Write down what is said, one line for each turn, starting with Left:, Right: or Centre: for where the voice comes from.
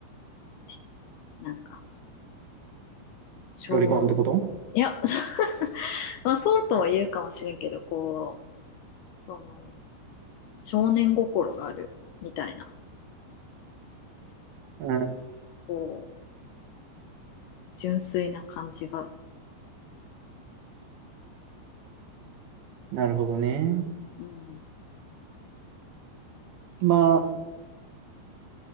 Left: ちなんか、少、
Right: ロリコンってこと
Left: いや、<laughs> まあそうとは言うかもしれんけど、こう、その、少年心があるみたいな、
Right: うん、
Left: こう、純粋な感じが。
Right: なるほどね。
Left: うん、
Right: まあ、